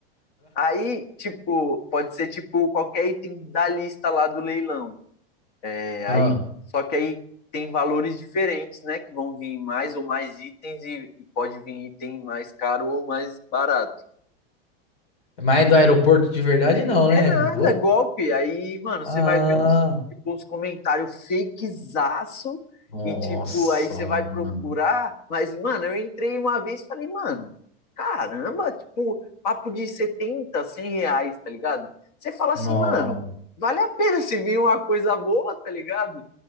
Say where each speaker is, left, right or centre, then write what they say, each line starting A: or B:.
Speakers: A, on the left (about 45°); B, on the left (about 70°).
A: Aí, tipo, pode ser tipo qualquer item da lista lá do leilão. É,
B: Ah,
A: aí, só que aí tem valores diferentes, né? Que vão vir mais ou mais itens e, e pode vir item mais caro ou mais barato.
B: mas do aeroporto de verdade, não, né?
A: É nada,
B: Louco.
A: é golpe. Aí, mano,
B: Ah,
A: você vai ver uns, tipo, uns comentários fakezaço
B: nossa,
A: e, tipo, aí você vai
B: mano.
A: procurar. Mas, mano, eu entrei uma vez e falei, mano, caramba, tipo, papo de 70, 100 reais, tá ligado? Você fala assim,
B: Nossa.
A: mano, vale a pena se vir uma coisa boa, tá ligado?